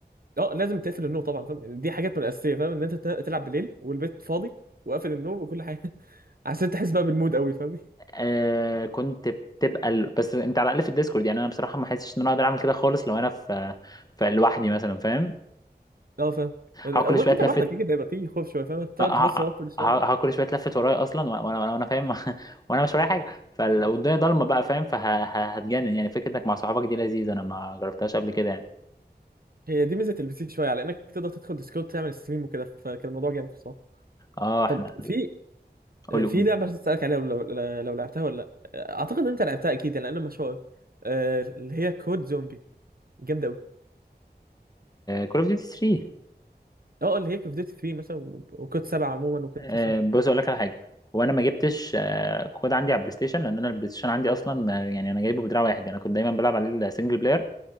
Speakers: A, on the right (about 60°); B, on the left (about 20°).
A: اه لازم تقفل النور طبعا فاهم دي حاجات من الاساسيه فاهم ان انت تلعب بالليل والبيت فاضي وقافل النور وكل حاجه عشان تحس بقى بالمود قوي فاهم
B: آه كنت بتبقى ال... بس أنت على الأقل في الديسكورد يعني أنا بصراحة ما حسيتش إن أنا أقدر أعمل كده خالص لو أنا في في لوحدي مثلا فاهم
A: اه فاهم وانت
B: هقعد كل شوية أتلفت
A: لوحدك كده هيبقى فيه خوف شويه فاهم تقعد
B: ه- ه-
A: تبص
B: ه-
A: وراك كل شويه
B: هقعد كل شوية أتلفت ورايا أصلا وأنا وأنا وأنا فاهم <laughs> وأنا مش ورايا حاجة فلو الدنيا ضلمة بقى فاهم فهتجنن يعني فكرة إنك مع صحابك دي لذيذة أنا ما جربتهاش قبل كده يعني
A: هي دي ميزه البي سي شويه على انك تقدر تدخل ديسكورد تعمل ستريم وكده فكان الموضوع جامد بصراحه
B: أه إحنا
A: طب في
B: قولي
A: في
B: قولي
A: لعبه عايز اسالك عليها لو, لو لو لعبتها ولا لا اعتقد ان انت لعبتها اكيد لان انا مشهور آه، اللي هي كود زومبي جامده قوي
B: كول اوف ديوتي 3
A: اه اللي هي كود ديوتي 3 مثلا و- وكود 7 عموما وكود
B: آه،
A: 9
B: بص اقول لك على حاجه هو انا ما جبتش آه، كود عندي على البلاي ستيشن لان انا البلاي ستيشن عندي اصلا آه، يعني انا جايبه بدراع واحد يعني انا كنت دايما بلعب عليه السنجل بلاير